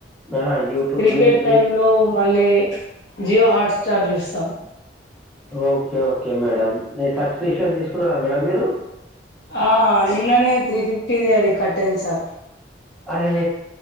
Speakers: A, in the centre; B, on the left.
A: ఆహా! యూట్యూబ్
B: క్రికెట్
A: మీరు మీరు
B: టైమ్ లో మళ్ళీ జియో హాట్స్టార్ చూస్తాం
A: ఓకే ఓకే మేడం న సబ్స్క్రిప్షన్ తీసుకున్నారా మేడం మీరు
B: ఆ నిన్ననే త్రీ ఫిఫ్టీది అది కట్ అయింది సార్
A: అరే